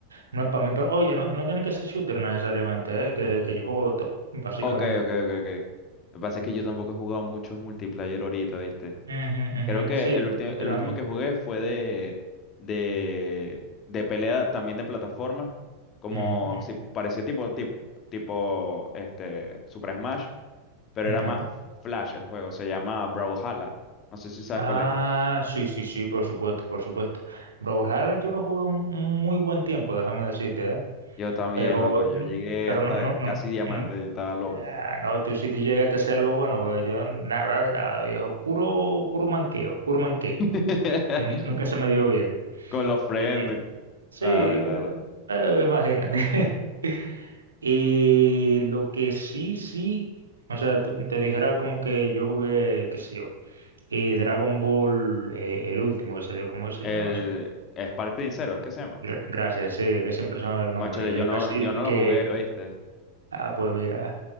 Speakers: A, on the right; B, on the left.
A: no es para mí, pero oye, no, no tiene que ser shooter necesariamente, ¿eh? Que, que yo juego de todo, básicamente.
B: Ok, ok, ok, ok. Lo que pasa es que yo tampoco he jugado muchos multiplayer ahorita, ¿viste?
A: Ujú,
B: Creo que
A: ujú, Sí,
B: el último,
A: yo tengo
B: el último
A: la misma.
B: que jugué fue de, de, de pelea también de plataformas, como
A: Ujú,
B: si parecía tipo, tip- tipo, este Super Smash, pero
A: ujú,
B: era
A: ujú.
B: más Flash el juego, se llama Brawlhalla. No sé si sabes
A: Ah,
B: cuál es.
A: sí, sí, sí, por supuesto, por supuesto. Brawlhalla yo lo jugué un un muy buen tiempo, déjame decirte, ¿eh?
B: Yo también,
A: Pero,
B: loco, yo
A: no-
B: llegué
A: pero
B: hasta
A: no, no, no,
B: casi diamante
A: no.
B: y estaba loco.
A: Ah, no, tú si tú llegaste a hacer algo bueno, porque yo nada de nada, viejo. Puro, puro manqueo, puro manqueo.
B: <laughs>
A: que nun- nunca se me dio bien.
B: Con los friends.
A: Y- sí,
B: Claro,
A: eh,
B: claro.
A: eh, imagínate. <laughs> Y lo que sí, sí, o sea, tú- te dijera como que yo jugué, qué sé yo, y Dragon Ball, eh, el último que salió, ¿cómo se
B: El
A: llama eso?
B: Sparkling Zero, ¿es que se llama?
A: Gra- gracias, sí, que siempre se me va el nombre.
B: Cónchale,
A: Yo le
B: yo
A: iba
B: no,
A: a decir
B: yo
A: de
B: no lo
A: que,
B: jugué, ¿viste?
A: ah, pues mira,